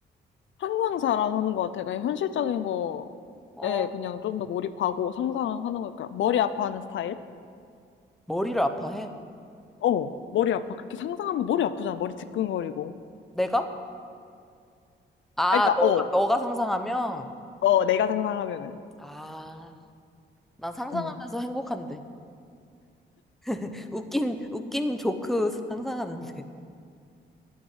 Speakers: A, on the left; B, in the centre.
A: 항상 자랑하는 것 같아. 그러니까 현실적인 거에
B: 어,
A: 그냥 좀 더 몰입하고 상상하는 거니까 머리 아파하는 스타일?
B: 머리를 아파해.
A: 어, 머리 아파. 그렇게 상상하면 머리 아프잖아. 머리 지끈거리고.
B: 내가? 아,
A: 아, 그러니까
B: 너가,
A: 어,
B: 너가 상상하면?
A: 어, 내가 상상하면은,
B: 아, 난 상상하면서
A: 음,
B: 행복한데. <laughs> 웃긴, 웃긴 조크 상상하는데.